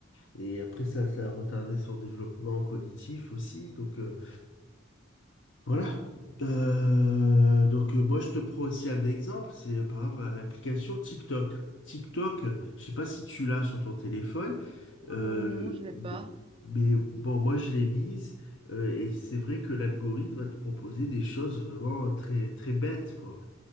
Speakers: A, on the left (about 75°); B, on the right (about 30°).
A: et après, ça, ça a retardé son développement cognitif aussi. Donc, euh, voilà. Euh,
B: ouais,
A: donc euh, moi je te prends aussi un exemple, c'est euh, par exemple l'application TikTok. TikTok, euh, je sais pas si tu l'as sur ton téléphone, euh,
B: Euh, non, je l'ai
A: mais,
B: pas.
A: mais bon moi je l'ai mise euh, et c'est vrai que l'algorithme va te proposer des choses vraiment très très bêtes quoi.